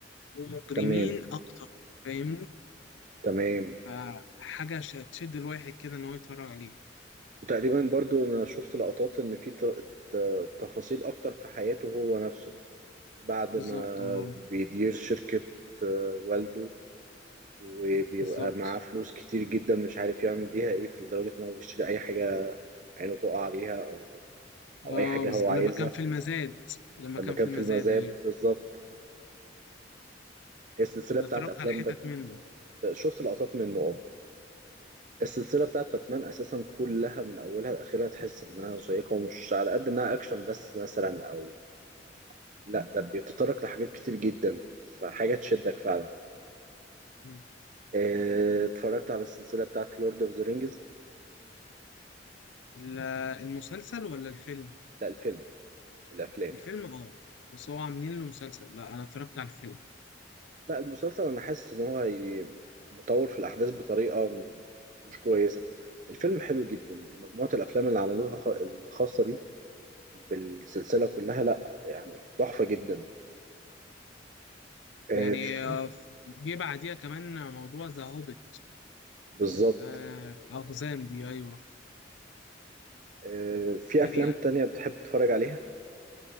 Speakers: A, on the left; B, on the right.
A: ومجرمين
B: تمام
A: اكتر فاهمني
B: تمام
A: فحاجه ش- تشد الواحد كده ان هو يتفرج عليه
B: وتقريبا برضو أنا شفت لقطات إن في ت... ت... تفاصيل أكتر في حياته هو نفسه بعد
A: بالظبط
B: ما
A: اه
B: بيدير شركة آه، والده وبيبقى
A: بالظبط
B: معاه فلوس كتير جدا مش عارف يعمل بيها ايه في لدرجة ان هو بيشتري اي حاجة عينه تقع عليها او
A: اه
B: او اي حاجة
A: بز...
B: هو
A: لما
B: عايزها
A: كان في المزاد لما
B: لما
A: كان
B: كان
A: في
B: في
A: المزاد
B: المذاب
A: ايوه
B: بالظبط هي السلسلة بتاعت
A: ده اتفرجت
B: افلام
A: على حتت
B: بات...
A: منه
B: شفت لقطات منه اه السلسلة بتاعت باتمان اساسا كلها من اولها لاخرها تحس انها شيقة ومش على قد انها اكشن بس مثلا او لا ده بيتطرق لحاجات كتير جدا فحاجة تشدك فعلا
A: مم.
B: آه، اتفرجت على السلسلة بتاعت لورد اوف ذا رينجز
A: ال- المسلسل ولا الفيلم
B: لا الفيلم الافلام
A: الفيلم اه بس هو عاملين له مسلسل لا انا اتفرجت على الفيلم
B: لا المسلسل انا حاسس ان هو هي- مطول في الاحداث بطريقه م- مش كويسه الفيلم حلو جدا مجموعه الافلام اللي عملوها خ- الخاصه بيه بالسلسله كلها لا يعني تحفه جدا آه،
A: يعني
B: في-
A: آه، جه بعديها كمان موضوع ذا هوبيت
B: بالظبط
A: آه، أقزام دي أيوه
B: آه، في
A: يعني
B: افلام تانية بتحب تتفرج عليها